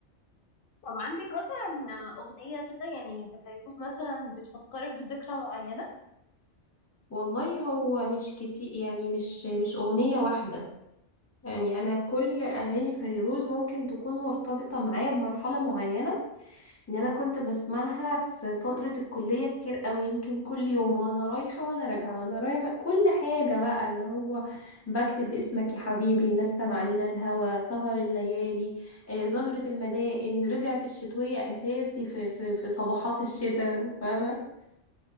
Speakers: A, on the left; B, on the left.
A: طب عندك مثلا اغنيه كده يعني لفيروز مثلا بتفكرك بذكرى معينه
B: والله هو مش كتير يعني مش مش اغنية واحدة يعني انا كل اغاني فيروز ممكن تكون مرتبطة معايا بمرحلة معينة ان انا كنت بسمعها في فترة الكلية كتير قوي يمكن كل يوم وانا رايحة وانا راجعة وانا رايحة كل حاجة بقى اللي هو بكتب اسمك يا حبيبي نسم علينا الهوى سهر الليالي آه، زهرة المدائن رجعت الشتوية اساسي في في في صباحات الشتاء فاهمة